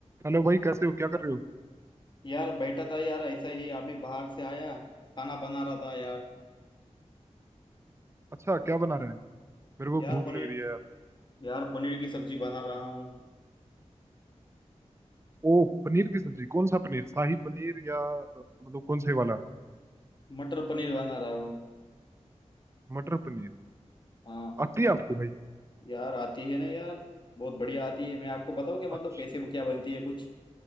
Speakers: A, on the right; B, on the left.
A: Hello भाई कैसे हो क्या कर रहे हो
B: यार बैठा था यार ऐसा ही अभी बाहर से आया खाना बना रहा था यार
A: अच्छा क्या बना रहे हैं मेरे को
B: यार
A: भूख
B: पनीर
A: लग रही है यार
B: यार पनीर की सब्जी बना रहा हूँ
A: ओ पनीर की सब्जी कौन सा पनीर शाही पनीर या अ, मतलब कौन से वाला
B: मटर पनीर बना रहा हूँ
A: मटर पनीर
B: हाँ
A: आती है आपको भाई
B: यार आती है ना यार बहुत बढ़िया आती है मैं आपको बताऊँ क्या मतलब
A: अच्छा,
B: कैसे क्या बनती है कुछ